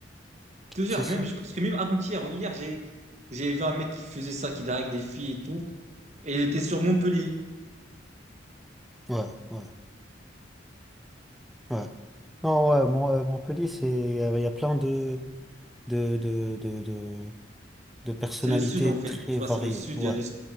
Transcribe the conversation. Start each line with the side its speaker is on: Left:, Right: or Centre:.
Right: Toujours,
Centre: c'est ça.
Right: même, je pense que même avant-hier, ou hier, j'ai, j'ai vu un mec qui faisait ça, qui drague des filles et tout. Et il était sur Montpellier.
Centre: Ouais, ouais, ouais. Non, ouais, Mon- euh, Montpellier, c'est euh, il y a plein de de, de, de, de, de personnalités
Right: C'est le sud, en fait.
Centre: très
Right: Tu vois,
Centre: variées.
Right: c'est le sud,
Centre: Ouais,
Right: il y a du,